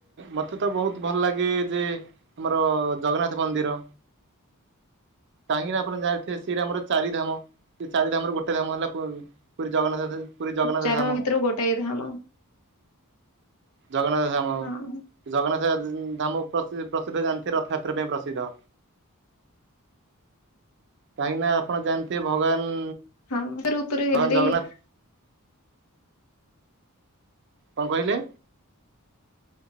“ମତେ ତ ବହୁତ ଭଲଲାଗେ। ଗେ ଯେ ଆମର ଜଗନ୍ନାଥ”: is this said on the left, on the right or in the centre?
Right